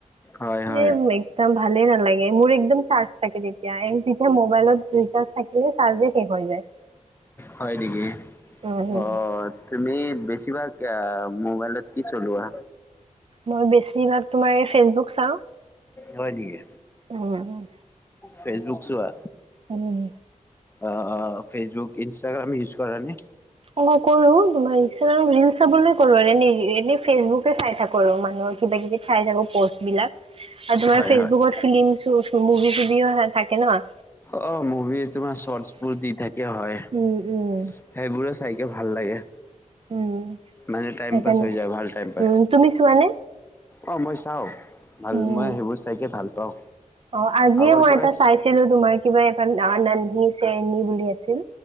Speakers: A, on the left; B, on the right.
A: হয় হয়
B: এই একদম ভালে নালা গে, মোৰ একদম চাৰ্জ থাকে তেতিয়া যেতিয়া মোবাইলত ৰিচাৰ্জ থাকিলে চাৰ্জে শেষ হৈ যায়
A: হয় নেকি,
B: উম উম।
A: অ', তুমি বেছিভাগ এ মোবাইলত কি চলোৱা?
B: মই বেছিভাগ তোমাৰ ফেচবুক চাও।
A: হয় নেকি?
B: হুম।
A: ফেচবুক চোৱা?
B: উম।
A: অ', অ', ফেচবুক, ইনষ্টাগ্ৰাম ইউজ কৰা নে?
B: অ', কৰো তোমাৰ ইনষ্টাগ্ৰাম ৰিলছ চাবলৈ কৰো আৰু এনে ফেচবুকে চাই থাকো আৰু ইমান কিবা কিবি চাই থাকোঁ প'ষ্ট বিলাক। আৰু তোমাৰ
A: হয়
B: ফেচবুকত
A: হয়।
B: ফিলিম শো' মুভি চুভিও থাকে ন?
A: অ', মুভিৰ তোমাৰ শৰ্ট বোৰ দি থাকে হয়,
B: উম উম
A: সেইবোৰে চাইকে ভাল লাগে,
B: উম
A: মানে টাইম
B: সেইকাৰণে
A: পাছ হৈ যায় ভাল টাইম পাছ।
B: উম তুমি চোৱানে
A: অ', মই চাও, ভাল
B: উম
A: মই সেইবোৰ চাইকে ভাল পাওঁ।
B: অ', আজিয়ে
A: আগৰ
B: মই
A: পৰাই
B: এটা চাইছিলো তোমাৰ কিবা এখন দান এণ্ড <unintelligible> আছিল